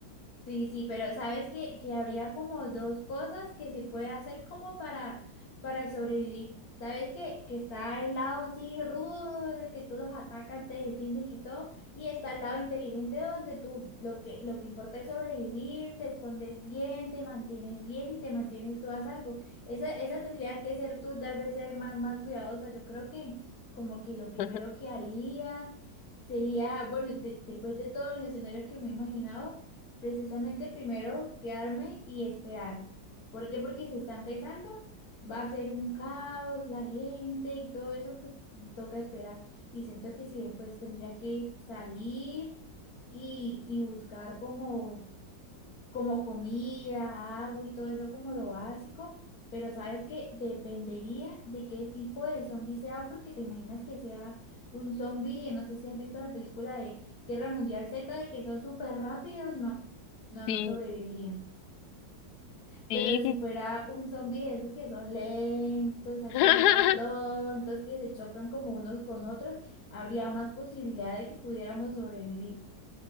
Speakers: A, on the left (about 55°); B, on the left (about 70°).
A: Sí, sí, pero sabes que, que habría como dos cosas que se puede hacer como para, para sobrevivir. Sabes que, que está el lado así rudo del que tú los atacas, te defiendes y todo, y está el lado inteligente donde tú lo que, lo que importa es sobrevivir, te escondes bien, te mantienes bien y te mantienes tú a salvo. Esa, esa tendría que ser tú, tal vez ser más, más cuidadosa. Yo creo que como que lo primero
B: <laughs>
A: que haría sería, bueno, de- después de todos los escenarios que me he imaginado, Precisamente primero quedarme y esperar. ¿Por qué? Porque si está empezando, va a ser un caos, la gente y todo eso, pues toca esperar. Y siento que sí, pues tendría que salir y, y buscar como como comida, agua y todo eso como lo básico, pero sabes que dependería de qué tipo de zombie sea, porque te imaginas que sea un zombie, no sé si has visto la película de Guerra Mundial Z, de que son súper rápidos, no, no,
B: Sí,
A: no sobreviviría.
B: sí,
A: Pero si fuera un zombie de esos que son lentos, así
B: <laughs>
A: todos tontos,
B: sí.
A: que se chocan como unos con otros, habría más posibilidad de que pudiéramos sobrevivir.